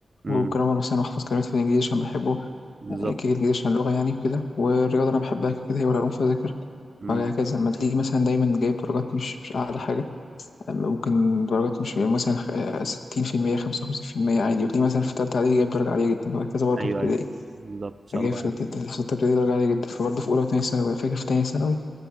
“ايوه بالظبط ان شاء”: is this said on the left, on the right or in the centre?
Right